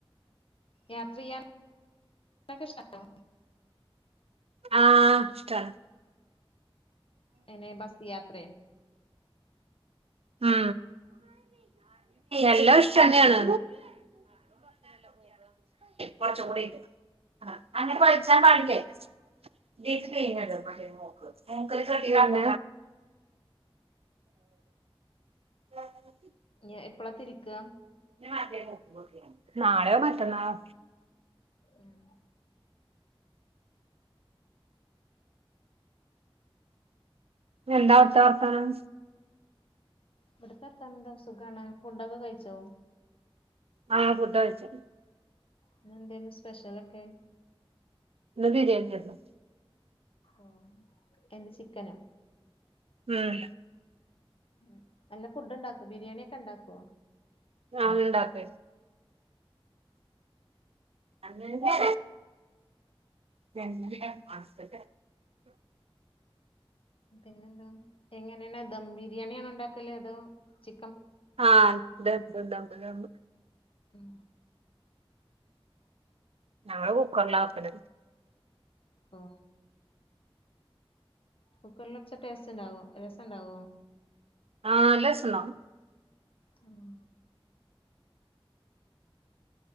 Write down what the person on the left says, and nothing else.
യാത്രയ്യാൻ <unintelligible> ക്കെ ഇഷ്ടാണോ?
എനെ ബസ് യാത്രേ
ഇഞ് എപ്പളാത്തിരിക്ക
ഉം
ഇവിടുത്തെത്തന്ത സുഖാണ് ഫുഡൊക്കെ കഴിച്ചോ
ഇന്നെന്തേര്ന്നു സ്പെഷ്യലൊക്കെ
ഓ എന്ത് ചിക്കനോ
ഉം നല്ല ഫുഡ് ണ്ടാക്കോ ബിരിയാണി ഒക്കെ ഇണ്ടാക്കോ
പിന്നെന്താ എങ്ങനെയാണ് ദം ബിരിയാണിയാണോ ഉണ്ടാക്കല് അതോ ചി
ഉം
ആ കുക്കറില് വെച്ച ടേസ്റ്റ്ണ്ടാവോ രസണ്ടാവോ
ഉം